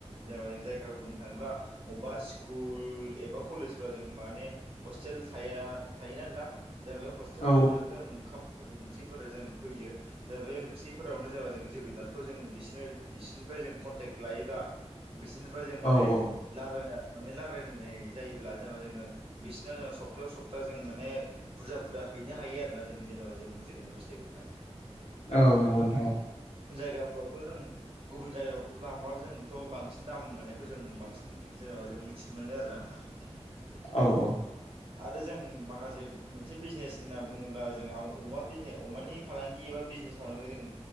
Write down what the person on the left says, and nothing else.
औ
औ औ
औ नंगौ नोंथां औ
औ औ